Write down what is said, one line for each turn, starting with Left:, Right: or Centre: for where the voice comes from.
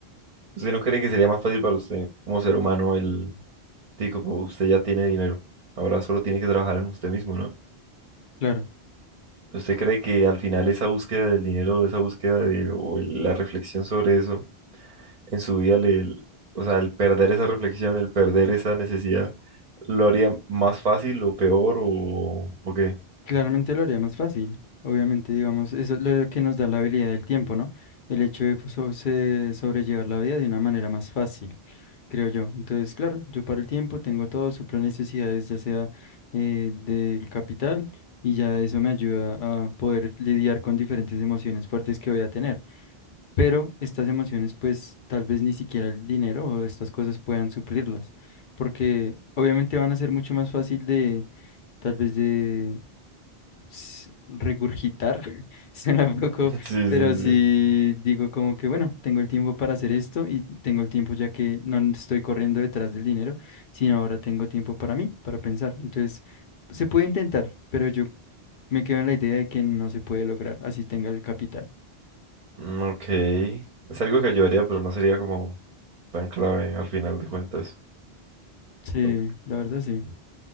Right: ¿usted no cree que sería más fácil para usted como ser humano el tipo, pues, usted ya tiene dinero, ahora solo tiene que trabajar en usted mismo, ¿no?
Left: Claro,
Right: ¿Usted cree que al final esa búsqueda del dinero, esa búsqueda de, o el- la reflexión sobre eso, en su vida le, o sea, el perder esa reflexión, el perder esa necesidad, ¿lo haría más fácil o peor o, o qué? <laughs>
Left: claramente lo haría más fácil. Obviamente, digamos, eso es lo que nos da la habilidad del tiempo, ¿no? El hecho de pues, so- se- sobrellevar la vida de una manera más fácil, creo yo. Entonces, claro, yo paro el tiempo, tengo todo, suplo necesidades, ya sea eh, del capital, y ya eso me ayuda a poder lidiar con diferentes emociones fuertes que voy a tener. pero estas emociones pues tal vez ni siquiera el dinero o estas cosas puedan suplirlas, porque obviamente van a ser mucho más fácil de tal vez de s- regurgitar, <laughs> suena un poco,
Right: Sí, sí, sí.
Left: pero sí digo como que bueno, tengo el tiempo para hacer esto y tengo el tiempo ya que no n- estoy corriendo detrás del dinero, sino ahora tengo tiempo para mí, para pensar. Entonces, se puede intentar, pero yo me quedo en la idea de que no se puede lograr, así tenga el capital.
Right: Mm, Ok. Es algo que yo haría, pero no sería como tan clave al final de cuentas.
Left: Sí,
Right: Ok.
Left: la verdad sí.